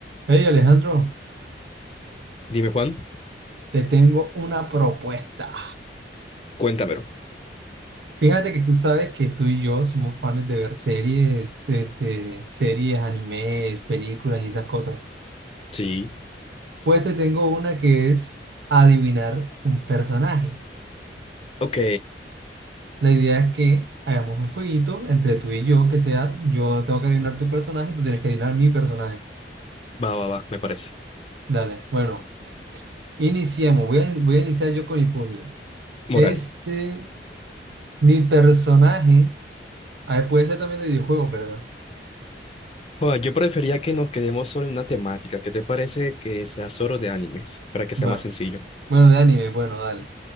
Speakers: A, on the right; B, on the left.
A: Hey Alejandro,
B: Dime, Juan,
A: te tengo una propuesta.
B: cuéntamelo.
A: Fíjate que tú sabes que tú y yo somos fans de ver series, este, series, animes, películas y esas cosas.
B: Sí,
A: Pues te tengo una que es adivinar un personaje.
B: Ok,
A: La idea es que hagamos un jueguito entre tú y yo, que sea, yo tengo que adivinar tu personaje y tú tienes que adivinar mi personaje.
B: va, va, va, me parece.
A: Dale, bueno, iniciemos. Voy a, voy a iniciar yo con mi puzzle.
B: moral.
A: Este, mi personaje, ah, puede ser también de videojuegos, ¿verdad?
B: Juan, yo prefería que nos quedemos solo en una temática. ¿Qué te parece que sea solo de animes? Para que sea
A: Va.
B: más sencillo.
A: Bueno, de anime, bueno, dale,